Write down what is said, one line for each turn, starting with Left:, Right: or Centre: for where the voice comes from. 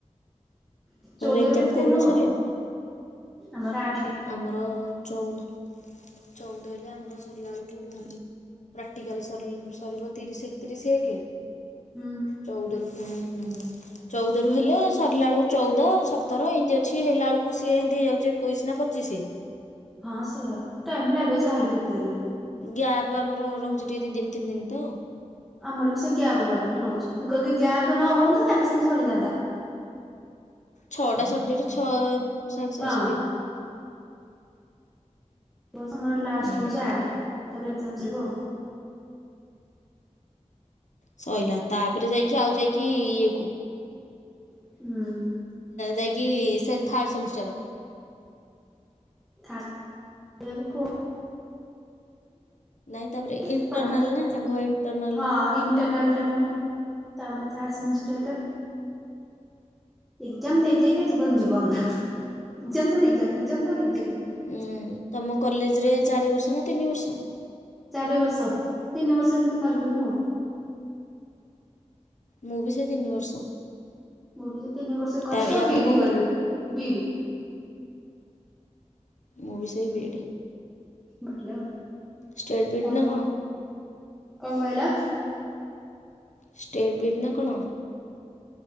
Left: ତମର
Centre: ଚଉଦ
Left: ଏକ୍ଜାମ
Centre: ରୁ କେତେ ଜାଙ୍କେ
Left: କୋଉଦିନ
Centre: ହବ?
Left: ସରିବ
Centre: ଆମର ଆଠ ରେ।
Left: ଆମର ଚଉଦ ଚଉଦ ହେଲେ ଆମର ସରଲାଆଳକୁୁ ପ୍ରାକ୍ଟିକାଲ ସରିବ ତିରିଶ ଏକତିରିଶ ଏକେ
Centre: ହୁଁ।
Left: ଚଉଦ ର ପୁଣି ଚଉଦ ରୁ ହେଲେ ସରିଲା ଏଳୁକୁ ଚଉଦ ସତର ଏମିତି ଅଛି ହେଲା ବେଳକୁ ସିଏ ଏମିତି ହେଇଯାଉଚି ଏକୋଇଶି ନା ପଚିଶି।
Centre: ହଁ ସେଇଆ ଟାଇମ ଲାଗିବ ଯା ହେଲେ ବି ଏତେଦିନ।
Left: ଗ୍ୟାପ୍ ଆମର ରହୁଚି ଟିକେ ଦି ଦିନି ତିନି ଦିନ ତ।
Centre: ଆମର ବି ସେ ଗ୍ୟାପ୍ ବା ରହୁଚି ଯଦି ଗ୍ୟାପ ନ ହଅନ୍ତା ସାଙ୍ଗେ ସାଙ୍ଗେ ସରିଯାଆନ୍ତା।
Left: ଛଅଟା ସବଜେକ୍ଟ ଛଅ ସାଙ୍ଗେ
Centre: ହଁ
Left: ସାଙ୍ଗେ ସରିବ।
Centre: ବସ୍ ଆମର ଲାଷ୍ଟ
Left: ହୁଁ
Centre: ହଉଚି ଆଠ ତା ପରେ ଏଜାମ ସରିବ ଆଉ।
Left: ସଇଲା ତାପରେ ଯାଇକି ଆଉ ଯାଇକି ଇଏ କୁ
Centre: ହୁଁ।
Left: ଯାଇକି ସେ ଥାର୍ଡ଼ ସେମିଷ୍ଟାର।
Centre: ଥାଡ ହେଲାକି ଫୋର୍।
Left: ନାଇଁ ତାପରେ ଇଣ୍ଟରନାଲ
Centre: <unintelligible>
Left: ନା ଆଗ ଇଣ୍ଟରନାଲ
Centre: ହଁ
Left: ହବ
Centre: ଇଣ୍ଟରନାଲଟା ପୁଣି। ତାପରେ ଥାର୍ଡ ସେମିଷ୍ଟର ଟା। ଏଗଜାମ ଦେଇ ଦେଇକା ଜୀବନ ଯିବ ଆମର ଏଗଜାମ ପରେ ଏଗଜାମ ଏଗଜାମ ପରେ ଏଗଜାମ।
Left: ହୁଁ ତମ କଲେଜ ରେ ଚାରି ବର୍ଷ ନା ତିନି ବର୍ଷ?
Centre: ଚାରି ବର୍ଷ ତିନି ବର୍ଷ କିନ୍ତୁ କରିବି ମୁଁ ଆଉ।
Left: ମୁଁ ବି ସେଇ ତିନି ବର୍ଷ।
Centre: ମୁଁ ବି ସେ ତିନି ବର୍ଷ କରିକି
Left: ତା ୟା
Centre: ବି
Left: ପରେ
Centre: ଇ
Left: କଣ
Centre: ଡି
Left: କରିବ?
Centre: କରିବି ବି ଇ ଡି।
Left: ମୁଁ ବି ସେଇ ବି ଇ ଡି।
Centre: ଭଲ ଆଉ।
Left: ଷ୍ଟେଡ଼ ବି
Centre: ତମ
Left: ଇ ଡି ନା କଣ?
Centre: କଣ କହିଲ?
Left: ଷ୍ଟେଡ୍ ବି ଇ ଡ ନା କଣ?